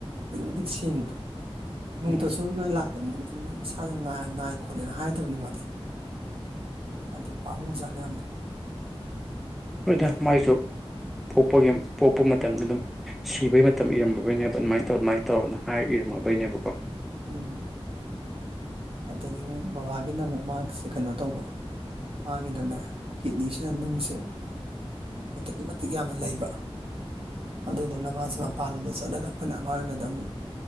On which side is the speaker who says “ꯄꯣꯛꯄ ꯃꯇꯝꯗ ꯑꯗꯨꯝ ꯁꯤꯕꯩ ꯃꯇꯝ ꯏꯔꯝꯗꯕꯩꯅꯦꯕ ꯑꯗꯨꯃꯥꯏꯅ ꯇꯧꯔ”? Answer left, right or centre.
Centre